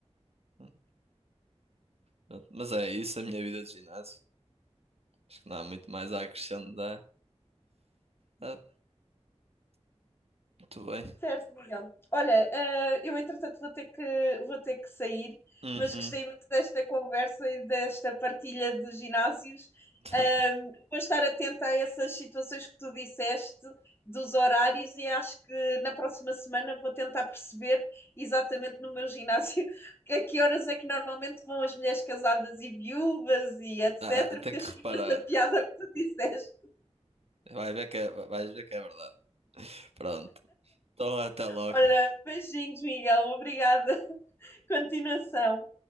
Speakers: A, on the right; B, on the left.
A: Hum, pronto. Mas é isso, a minha vida de ginásio. Acho que não há muito mais a acrescentar. Ah, muito bem.
B: Certo, Miguel. Olha, eh, eu entretanto vou ter que, vou ter que sair,
A: Uhum.
B: mas gostei muito desta conversa e desta partilha dos ginásios.
A: <laughs>
B: Ahm, vou estar atenta a essas situações que tu disseste, dos horários, e acho que na próxima semana vou tentar perceber exatamente no meu ginásio <laughs> a que horas é que normalmente vão as mulheres casadas e viúvas e etc.,
A: Ah, ah, tenho
B: porque
A: que
B: achei
A: reparar.
B: imensa piada que tu disseste.
A: Vai ver que é, vais ver que é verdade. Pronto. Então até logo.
B: Ora, beijinhos, Miguel. Obrigada. <laughs> Continuação.